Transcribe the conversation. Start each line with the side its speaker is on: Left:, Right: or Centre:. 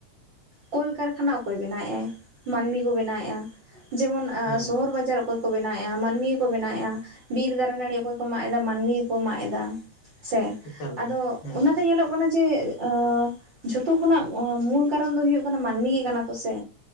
Right: ᱠᱚᱞ ᱠᱟᱨᱠᱷᱟᱱᱟ ᱚᱠᱚᱭ ᱵᱮᱱᱟᱣᱮᱫ ᱟᱭ ᱢᱟᱹᱱᱢᱤ ᱠᱚ ᱵᱮᱱᱟᱣᱮᱫᱼᱟ ᱡᱮᱢᱚᱱ
Left: ᱦᱮᱸ
Right: ᱥᱚᱦᱚᱨ ᱵᱟᱡᱟᱨ ᱚᱠᱚᱭ ᱠᱚ ᱠᱚ ᱵᱮᱱᱟᱣᱮᱫᱼᱟ, ᱢᱟᱹᱱᱢᱤ ᱜᱮᱠᱚ ᱵᱮᱱᱟᱣᱮᱫᱼᱟ ᱵᱤᱨ ᱫᱟᱨᱮ ᱱᱟᱹᱲᱤ ᱚᱠᱚᱭ ᱠᱚ ᱢᱟᱜ ᱮᱫᱟ ᱢᱟᱹᱱᱢᱤᱠᱚ ᱢᱟᱜ ᱮᱫᱟ ᱾ ᱥᱮ
Left: ᱮᱠᱟᱞ
Right: ᱟᱫᱚ
Left: ᱜᱮ ᱦᱮᱸ
Right: ᱚᱱᱟᱛᱮ ᱧᱮᱞᱚᱜ ᱠᱟᱱᱟ ᱡᱮ ᱮᱻᱮ ᱡᱷᱚᱛᱚ ᱠᱷᱚᱱᱟᱜ ᱢᱩᱞ ᱠᱟᱨᱚᱱ ᱫᱚ ᱦᱩᱭᱩᱜ ᱠᱟᱱᱟ ᱢᱟᱹᱱᱢᱤ ᱜᱮ ᱠᱟᱱᱟ ᱠᱚᱥᱮ?